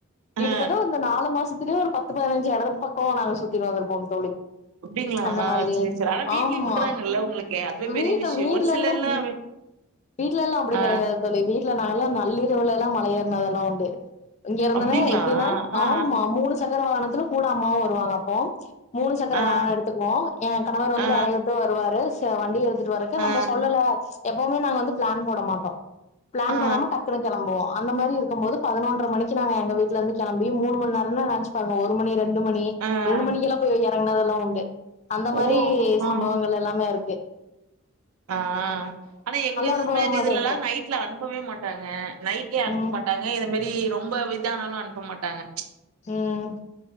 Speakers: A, on the left; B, on the right.
A: கிட்டத்தட்ட
B: ஆ ஆ
A: வந்து மாசத்துலயே ஒருபத்து பதிஞ்சு இடத்து பக்கம் நாங்க சுத்திட்டுந்திருப்போங்தோழி
B: அப்டிங்களா
A: அந்த மாதிரி
B: சரி சரி ஆனா வீட்லயு
A: ஆமா
B: விடுறாங்கல்ல உங்களுக்கு அதுவே
A: வீட்டு
B: பெரிய விஷயோ
A: வீட்டுல
B: ஒரு சிலர்லா
A: எல்லாம் வீட்டுல எல்லாம் அப்படி
B: ஆ
A: கெடையாது சொல்லி வீட்டுல நாங்க எல்லாம் நள்ளிரவுல எல்லாம் கல்யாண அதல்லா உண்டு இங்க இருந்தனே
B: அப்டிங்களா
A: எப்படின்னா
B: ஆ
A: ஆமா மூணு ச கர வாகனத்துல கூட அம்மாவு வருவாங்க அப்போ மூணு சக்கர
B: ஆ ஆ
A: வாகன எடுத்துக்குவோ ஏ கணவர் வந்து
B: ஆ
A: வேலைய விட்டு வருவாரு த வண்டி எடுத் துட்டுவரக்கு
B: ஆ
A: நம்ப சொல்லல எப்பவுமே நாங்க வந்து ப்ளான் போட மாட்டோ ப்ளான்
B: ஆ
A: போடாம டக்குனு கெளம்புவோ அந்த மாரி இருக்கம்போது பதினொன்ர மணிக்கு நாங்க எங்க வீட்லெந்து கெளம் பி மூணு மண்நே ரன்னா நெனச்சு பாருங்க ஒரு மணி ரெண்டு மணி
B: ஆ ஆ
A: ரெண்டு மணிெக்கெல்லா போய் பண்ணதல்லா உண்டு அந்த மாரி
B: ஓ ஆ
A: சம்பவங்கள் எல்லாமேருக் க்கு
B: ஆ ஆனா எங்க இது
A: அனுபவமாதா
B: மாரி இதுலல்லா
A: இருக்கு
B: நைட்ல அனுப்பவே மாட்டாங்க நைட்லயே அனுப்ப
A: ம்
B: மாட்டாங்க எத து மரி ரொம்ப இதானாலு அனுப்ப மாட்டாங்க
A: உம்